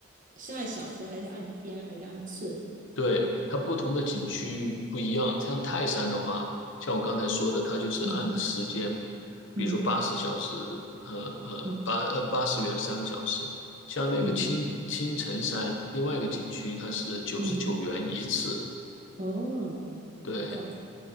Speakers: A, on the right (about 40°); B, on the left (about 65°).
A: 是按小时还是按天还是按次？
B: 对，它不同的景区不一样，像泰山的话，像我刚才说的，它就是按的时间，
A: 嗯
B: 比如说八十小时，
A: 嗯
B: 呃呃八呃八十元三个小时。
A: 嗯
B: 像那个青青城山另外一个景区，
A: 嗯
B: 它是九十九元一次。
A: 嗯，哦，
B: 对，
A: 哇，